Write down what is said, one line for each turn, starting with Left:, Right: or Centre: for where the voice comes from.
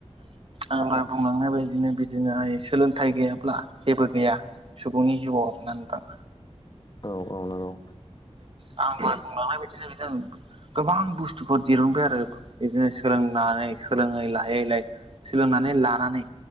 Right: आङो बुंलांनाय बायदिनो बिदिनोहाय सोलोंथाइ गैयाब्ला जेबो गैया। सुबुंनि जिउआव आरोना नोंथां।
Left: औ औ नोंगौ।
Right: आं दहाय बुंलांनाय बायदिनो जों गोबां बुस्थुफोर दिरुनबाय आरो बिदिनो सोलोंनानै सोलोङै लायै लायै सोलोंनानै लानानै